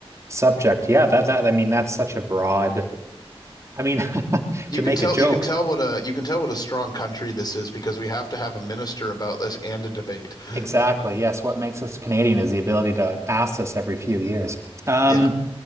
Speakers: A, on the right; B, on the left.
A: subject. Yeah, that that I mean that's such a broad I mean <laughs>
B: You
A: to
B: can
A: make
B: tell
A: a joke.
B: you can tell what a you can tell what a strong country this is because we have to have a minister about this and a debate. Mm.
A: Exactly. Yes, what makes us Canadian is the ability to ask this every few years. Um
B: Yeah.